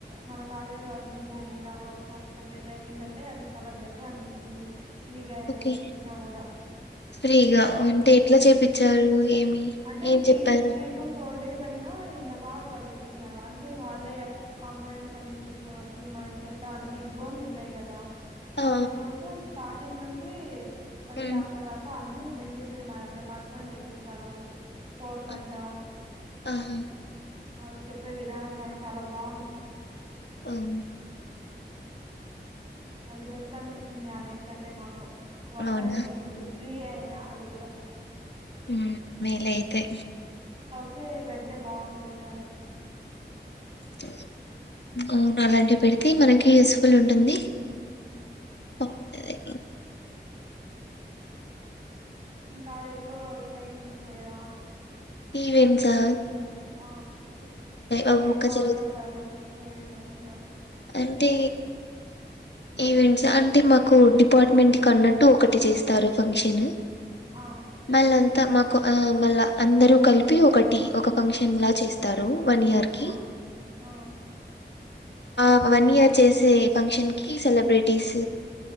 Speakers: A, on the right; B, on the left.
A: మన కాలేజలో అన్ని జరిగిన వర్క్ షాప్స్ కంటే ట్రైనింగ్ కంటే అది చాలా బెటర్ అనిపించింది ఫ్రీగా
B: ఓకే
A: ఇపించినా కూడా
B: ఫ్రీగా అంటే ఎట్లా చేపిచ్చారు ఏమి
A: అంటే
B: ఏం
A: త్రీ
B: చెప్పారు
A: త్రీ టూ ఫోర్ డేస్ అయినా ఇంత బాగా కా చెప్పించినారు అంటే వాళ్ళే కాంపోనెంట్స్ అన్ని తీసుకొని వచ్చి మన చేత అన్ని డ్రోన్స్ ఉంటాయి కదా
B: ఆ
A: అవి డ్రోన్స్ స్టార్ట్ స్టింగ్ నుంచి మళ్ళీ
B: ఉమ్
A: లాస్ట్ దాక అన్ని బిల్ట్ చేసేది మనమే మనతోనే చెపిస్తారు వాళ్లు కోర్స్ అంటా
B: ఆ ఆహా
A: వాళ్ళు చెప్పే విధానం కానీ చాలా బాగుంది
B: అవును
A: అది బెస్ట్ అనిపించింది ఆన్నిటికంటే మాకు వర్త్
B: అవునా
A: అనిపించింది ఫ్రీ అయినియా అది కూడా
B: ఉమ్ మేలే అయితే
A: ఫ్రీగా పెడితే బాగుంటుంది అని
B: ఉమ్ ఏంటలా పెడితే మనకి యూజ్ పుల్ ఉంటుంది బాగుంటది
A: ఉమ్ కాలేజ్ లో ఈవెంట్స్ ఏం చేయరా
B: ఈవెంట్స్ ఆ
A: ఆ
B: అవి
A: ఏది
B: ఒక్క
A: బాగా
B: జరుగుతు
A: చేసారు ఏమోమి ఈవెంట్స్
B: అంటే ఈవెంట్స్ అంటే మాకు డిపార్ట్మెంట్ కి అన్నట్టు ఒకటి చేస్తారు ఫంక్షన్
A: ఆ
B: మళ్ళంతా మాకు ఆ మళ్ళా అందరూ కలిపి ఒకటి ఒక ఫంక్షన్ లా చేస్తారు వన్ ఇయర్ కి
A: ఆ ఆ
B: ఒక వన్ ఇయర్ చేసే ఫంక్షన్ కి సెలబ్రిటీస్